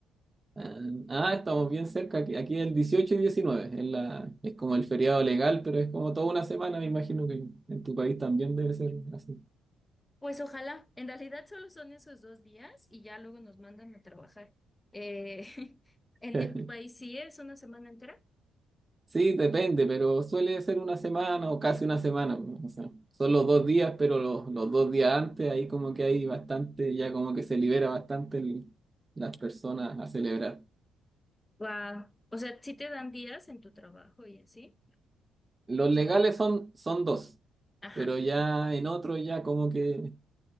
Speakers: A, on the right; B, on the left.
A: Ah, ah, estamos bien cerca. Aquí, aquí el 18 y 19 Es, la, es como el feriado legal, pero es como toda una semana. Me imagino que en tu país también debe ser así.
B: Pues ojalá, en realidad solo son esos dos días y ya luego nos mandan a trabajar. Eh, <laughs> ¿en,
A: <laughs>
B: en tu país sí es una semana entera?
A: Sí, depende, pero suele ser una semana o casi una semana. O sea, son los dos días, pero los, los dos días antes, ahí como que hay bastante, ya como que se libera bastante el- las personas a celebrar.
B: Wow. O sea, sí te dan días en tu trabajo y así.
A: Los
B: O
A: legales
B: sea,
A: son, son dos,
B: ajá.
A: pero ya en otro ya como que